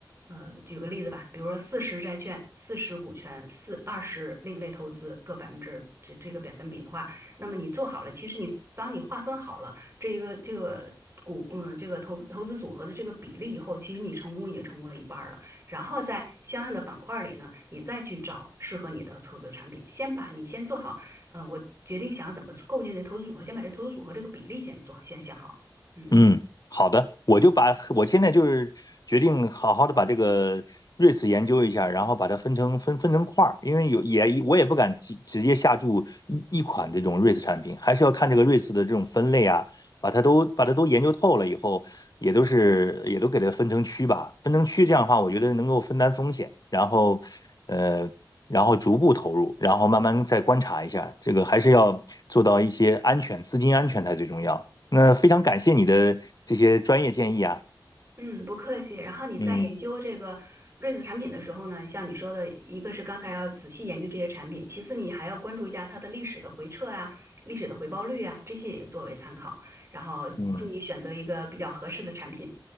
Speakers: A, on the right; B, on the left.
A: 呃，举个例子吧，比如说四十债券、四十股权、四二十另类投资各百分之这这个百分比的话，那么你做好了，其实你当你划分好了这一个这个股嗯这个投投资组合的这个比例以后，其实你成功已经成功了一半儿了。然后在相应的板块里呢，你再去找适合你的投资产品。先把你先做好，嗯，我决定想怎么构建这投资组合，先把这投资组合这个比例先做，先想好。嗯
B: 嗯，好的，我就把我现在就是决定好好的把这个瑞士研究一下，然后把它分成分分成块儿，因为有也我也不敢直直接下注一一款这种瑞士产品，还是要看这个瑞士的这种分类啊，把它都把它都研究透了以后，也都是也都给它分成区吧，分成区这样的话，我觉得能够分担风险，然后呃，然后逐步投入，然后慢慢再观察一下，这个还是要做到一些安全，资金安全才最重要。那非常感谢你的这些专业建议啊，
A: 嗯，不客气。然后你在研究这个瑞子产品的时候呢，
B: 嗯
A: 像你说的，一个是刚才要仔细研究这些产品，其次你还要关注一下它的历史的回撤啊、历史的回报率啊，这些也作为参考。然后祝你选择一个比较合适的产品。
B: 嗯，